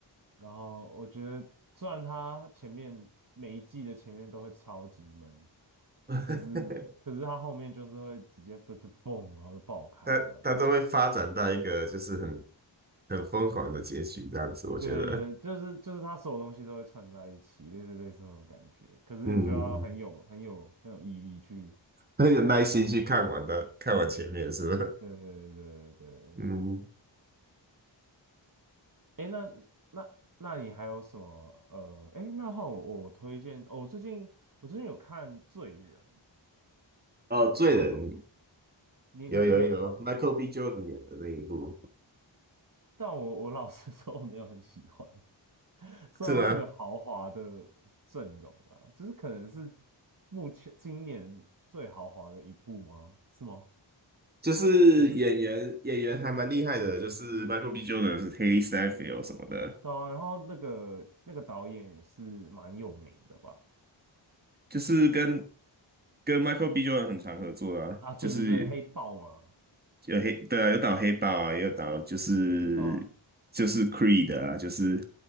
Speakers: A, on the right; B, on the right.
A: 然后我觉得，虽然他前面每一季的前面都会超级闷，
B: 嗯，
A: 可是可是他后面就是会直接
B: <laughs>
A: <laughs> 嘣嘣嘣，然后就爆开这样。
B: 他他都会发展到一个就是很很疯狂的结局这样子，我觉得。
A: 对，就是就是他所有东西都会串在一起，类似类似那种感觉。可是你就要很有很有很有毅力去，
B: 嗯，嗯嗯很有耐心去看完的，看完前面是吧？
A: 对对对对对。
B: 嗯，
A: 哎，那那那你还有什么？呃，哎，那换我我推荐，哦，我最近我最近有看《罪人》，
B: 哦，《罪人》
A: 你知道？你你你有看吗？
B: 有有有，Michael B. Jordan 演的那一部
A: 但我我老实 <laughs> 说，我没有很喜欢。<laughs> 虽然它是个豪华的
B: 是吗？
A: 阵容啊，就是可能是目前今年最豪华的一部吗？是吗？
B: 就是演员演员还蛮厉害的，
A: 是。
B: 就是 Michael B. Jordan 是 h a l e Steinfeld 什么的。
A: 对啊，然后那个那个导演也是蛮有名的吧？
B: 就是跟
A: 可是
B: 跟 Michael B. Jordan 很常合作啊，
A: 啊，对对对，
B: 就是
A: 黑豹嘛，
B: 有黑，对啊，有打黑豹啊，也有打就是就是
A: 啊，
B: Creed 啊，就是